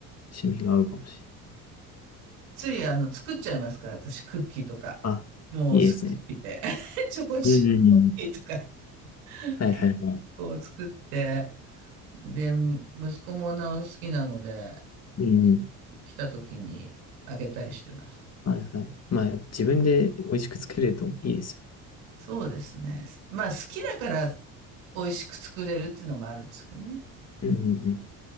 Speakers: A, on the left; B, on the right.
A: 趣味が合うかもしれない。
B: つい、あの、作っちゃいますから、私、クッキーとか。
A: あ、
B: もう、
A: いいですね。
B: 好きすぎて。<laughs> チョコチップクッキーとか、
A: うんうんうん。はいはいはい。
B: 結構作って。で、息子もなお好きなので、
A: うんうん。
B: 来た時にあげたりしてます。
A: はいはい。まあ、自分で美味しく作れるといいですよ。
B: そうですね。まあ、好きだから、美味しく作れるっていうのもあるんですけどね。
A: うんうんうん。